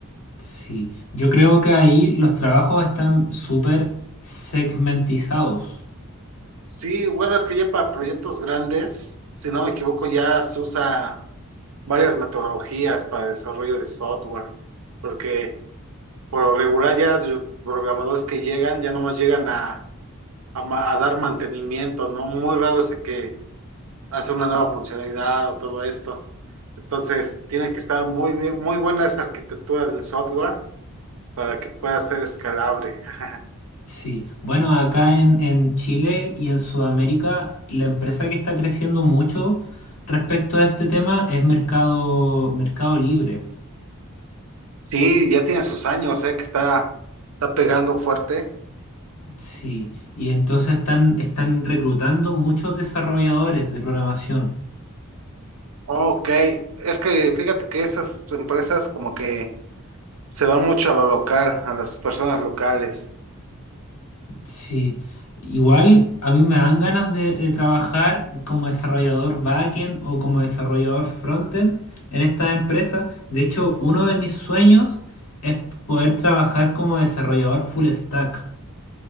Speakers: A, on the left; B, on the right.
A: Sí, yo creo que ahí los trabajos están súper segmentizados.
B: Sí, bueno, es que ya para proyectos grandes, si no me equivoco, ya se usa varias metodologías para el desarrollo de software, porque por lo regular ya los programadores que llegan ya nomás llegan a, a ma- a dar mantenimiento, ¿no? Muy raro es el que hacer una nueva funcionalidad o todo esto. Entonces, tiene que estar muy bien, muy buena esa arquitectura del software para que pueda ser escalable. <laughs>
A: Sí, bueno, acá en, en Chile y en Sudamérica, la empresa que está creciendo mucho respecto a este tema es Mercado, Mercado Libre.
B: Sí, ya tiene sus años, eh, que está, está pegando fuerte.
A: Sí, y entonces están, están reclutando muchos desarrolladores de programación.
B: Ok, es que fíjate que esas empresas como que se van mucho a lo local, a las personas locales.
A: Sí, igual a mí me dan ganas de, de trabajar como desarrollador backend o como desarrollador frontend en esta empresa. De hecho, uno de mis sueños es poder trabajar como desarrollador full stack.